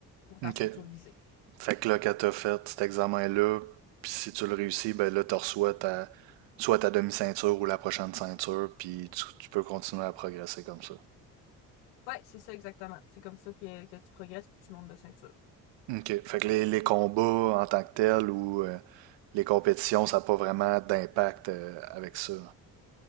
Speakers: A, on the left; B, on the right.
A: pour ta
B: OK.
A: ceinture visée.
B: Fait que là, quand t'as fait cet examen-là, puis si tu le réussis, ben là, tu reçois ta, soit ta demi-ceinture ou la prochaine ceinture, puis tu, tu peux continuer à progresser comme ça.
A: Ouais, c'est ça exactement. C'est comme ça que, que tu progresses puis tu montes de ceinture.
B: OK. Fait que les, les combats en tant que tels ou euh, les compétitions, ça n'a pas vraiment d'impact euh, avec ça.